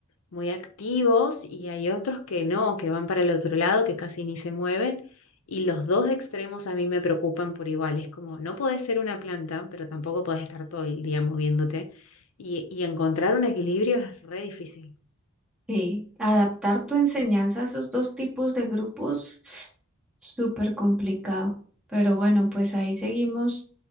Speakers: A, on the left (about 75°); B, in the centre.
A: muy activos y hay otros que no, que van para el otro lado, que casi ni se mueven. Y los dos extremos a mí me preocupan por igual. Es como, no podés ser una planta, pero tampoco podés estar todo el día moviéndote. Y, y encontrar un equilibrio es re difícil.
B: Sí, adaptar tu enseñanza a esos dos tipos de grupos, súper complicado. Pero bueno, pues ahí seguimos